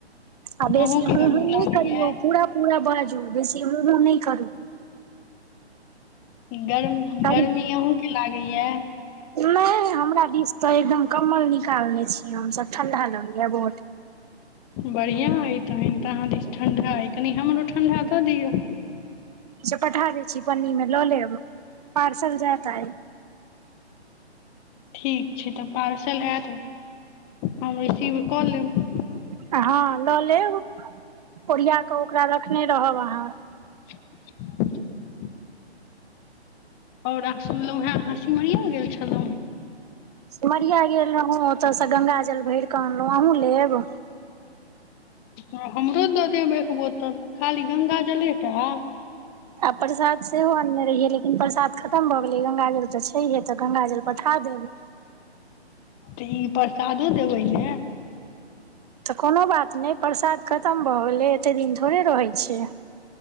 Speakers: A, on the right; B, on the left.
A: आ बेसी
B: अहूँके
A: ह
B: गर्मी
A: ह न
B: लागैया
A: करीयौ पूरा पूरा बाजू बेसी ह ह न करू
B: गरम
A: करू
B: गर्मी आहूँ के लागैया
A: नहि हमरा दिस तऽ एकदम कम्बल निकालने छी हमसभ ठंडा लगलैया बहुत
B: बढ़िया ह तहन तऽ आहाँ दिस ठंडा हइ कनि हमरो ठंडा दऽ दियौ
A: छ पठा दै छी पन्नी मे लऽ लेब पार्सल जायत आइ
B: ठीक छै तऽ पार्सल आयत हम रिसीव कऽ लेब
A: हँ लऽ लेब ओरिया कऽ ओकरा रखने रहब अहाँके
B: <unintelligible> औरह सुनलहु हें आहा सिमरिया गेल छलहुं
A: सिमरिया गेल रहौ ओतयसँ गांगा जल भरिकऽ अनलहुँ अहूँ लेब
B: ह हमरो दऽ देब एक बोतल खाली गंगाजले टा
A: आब प्रसाद सेहो अनने रहियै लेकिन प्रसाद खत्म भ गेलै गंगाजल त छैहे त गंगाजल पठा देब
B: तऽ ई परसादो देबै ने
A: त कोनो बात नहि प्रसाद खतम भ गेलै एते दिन थोड़े रहै छै